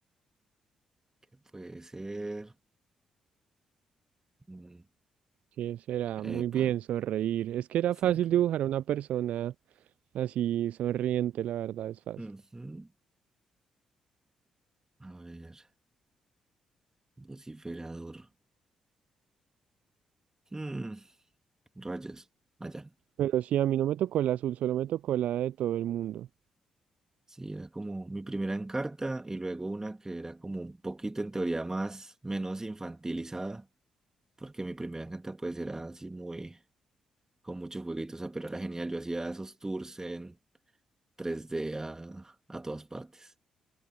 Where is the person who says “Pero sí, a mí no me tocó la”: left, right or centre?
Right